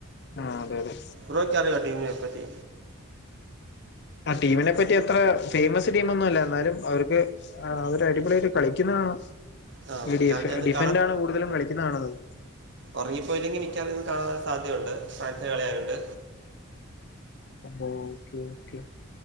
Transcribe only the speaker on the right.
ബ്രോക്കറിയോ ആ ടീമിനെ പറ്റി?
ആ
മിക്കവാറും
ഞാൻ ഇന്ന്
ഉറങ്ങിപ്പോയില്ലെങ്കി മിക്കവാറിര്ന്ന് കാണാന്ള്ള സാധ്യയുണ്ട് ഫ്രാൻസിന്റെ കളി ആയോണ്ട്